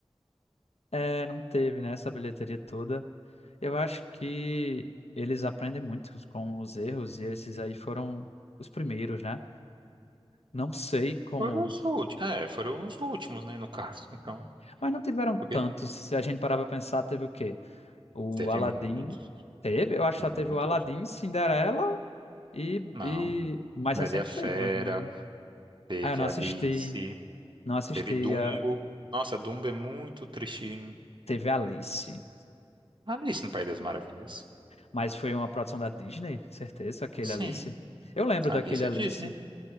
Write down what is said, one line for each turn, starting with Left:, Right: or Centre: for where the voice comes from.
Left: É, não teve, né, essa bilheteria toda. Eu acho que eles aprendem muito com os erros e esses aí foram os primeiros, né? Não sei como,
Right: Foram os últimos, é, foram os últimos, né, no caso. Então,
Left: mas não tiveram
Right: porque
Left: tantos. Se a gente parar pra pensar, teve o quê? O
Right: teve
Left: Aladdin
Right: muitos,
Left: teve, eu acho que
Right: muitos.
Left: só teve o Aladdin, Cinderela e,
Right: Não,
Left: e... mais
Right: Bela
Left: recente
Right: e a Fera,
Left: foi Branca de Neve.
Right: teve
Left: Ah, eu não
Right: Alice,
Left: assisti, não assisti.
Right: teve Dumbo.
Left: a-
Right: Nossa, Dumbo é muito tristinho.
Left: Teve Alice,
Right: Alice no País das Maravilhas.
Left: mas foi uma produção da Disney, certeza, aquele
Right: Sim,
Left: Alice. Eu lembro
Right: Alice
Left: daquele Alice.
Right: é Disney.